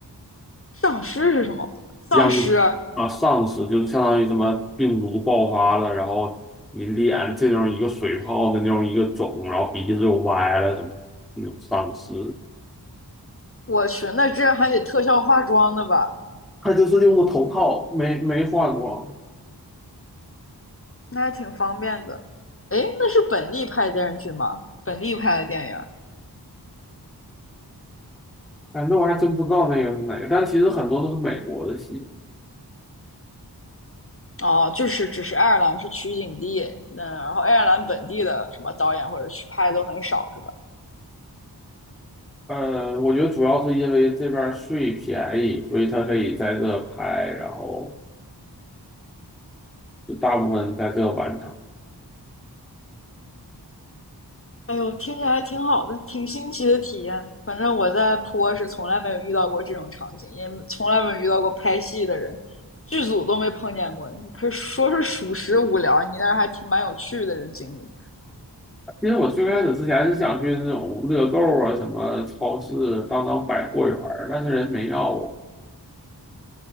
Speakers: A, on the left; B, in the centre.
A: 丧尸是什么？丧尸，
B: 殃啊丧尸就是相当于什么病毒爆发了，然后你脸这种一个水泡的那种一个肿，然后鼻子又歪了什么那种丧尸，
A: 我去，那这还得特效化妆的吧？
B: 他就是用的头套，没没换装。
A: 那还挺方便的。诶，那是本地拍的电视剧吗？本地拍的电影？
B: 哎，那我还真不知道那个是哪个，但其实很多都是美国的戏。
A: 哦，就是只是爱尔兰是取景地，那然后爱尔兰本地的什么导演或者去拍都很少，是吧？
B: 呃，我觉得主要是因为这边儿税便宜，所以他可以在这拍，然后就大部分在这完成。
A: 哎呦，听起来挺好的，挺新奇的体验。反正我在坡是从来没有遇到过这种场景，也从来没有遇到过拍戏的人，剧组都没碰见过。可是说是属实无聊，你那儿还挺蛮有趣的这经历。
B: 其实我最开始之前是想去那种乐购啊、什么超市、当当百货员儿，但是人没要我，